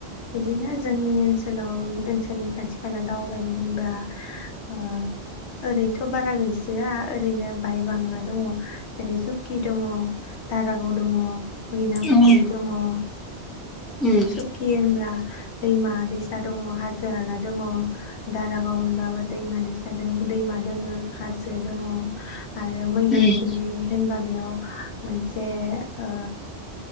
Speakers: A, on the left; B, in the centre.
A: बिदिनो जोंनि ओनसोलाव ओनसोलनि खाथि खाला दावबायनो होनबा ओ ओरैथ' बारा गैसोआ ओरैनो बाय बांला दङ जेरै सुकि दङ दारागाव दङ मैना
B: उम
A: फुख्रि दङ ओ
B: उम
A: सुकि होनब्ला दैमा दैसा दङ हाजो हाला दङ। दारागाव होनबाबो दैमा दैसा दैमा दोङो हाजो दङ। आरो मैना
B: उम
A: फुख्रि होनबा बेयाव मोनसे ओ